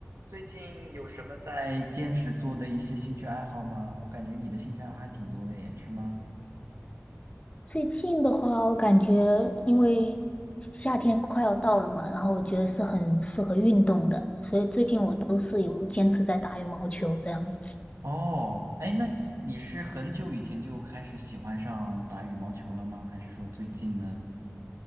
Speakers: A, on the right (about 70°); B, on the left (about 25°).
A: 最近有什么在坚持做的一些兴趣爱好吗？我感觉你的兴趣爱好还挺多的耶，是吗？
B: 最近的话，我感觉因为夏天快要到了嘛，然后我觉得是很适合运动的，所以最近我都是有坚持在打羽毛球这样子。
A: 哦，哎，那你是很久以前就开始喜欢上打羽毛球了吗？还是说最近呢？